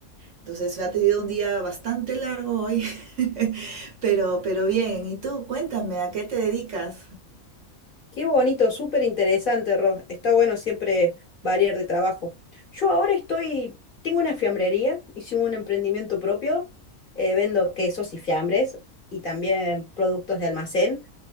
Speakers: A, on the right; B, on the left.
A: Entonces me ha tenido un día bastante largo hoy, <laughs> pero, pero bien. ¿Y tú? Cuéntame, ¿a qué te dedicas?
B: Qué bonito, súper interesante, Ro. Está bueno siempre variar de trabajo. Yo ahora estoy, tengo una fiambrería, hicimos un emprendimiento propio, eh, vendo quesos y fiambres y también productos de almacén,